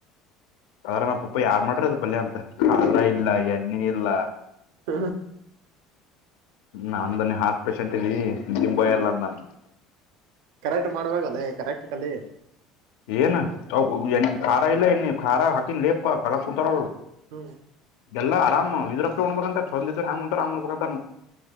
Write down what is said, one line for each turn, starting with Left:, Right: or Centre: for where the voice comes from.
Left: ಅದ್ರ ನಮ್ಮ ಪುಪ್ಪ ಯಾರ್ ಮಾಡ್ರಿ ಅ ಬಲ್ಯ ಅಂತ ಖಾರ ಇಲ್ಲ ಎಣ್ಣೆ ಇಲ್ಲ
Right: ಹ
Left: ನನ್ನಿ ಹಾರ್ಟ್ ಪೇಶಂಟ್ ಇದೀ ದಿಬಯಲ್ಲ ಅಂದನ್ನ
Right: ಕರೆಕ್ಟ್ ಮಾಡ್ಬಲ್ಲೇ ಕರೆಕ್ಟ್ ಕಲಿ
Left: ಏನು ಖಾರ ಇಲ್ಲ ಎ ಖಾರ ಹಾಕಿನ್ ಲೇಪ ಕಲ ಕುಂಾರ
Right: ಹ್ಮ್
Left: ಎಲ್ಲ ಆರಾಮ್ ಇದರಪ್ಪ ಉ್ಬೇಕಂತ ಚಂದ್ರು ಹೆಂಗ ಉಂಟಾರ ಆಮ್ ಉಡ್ಬೇಕಂತ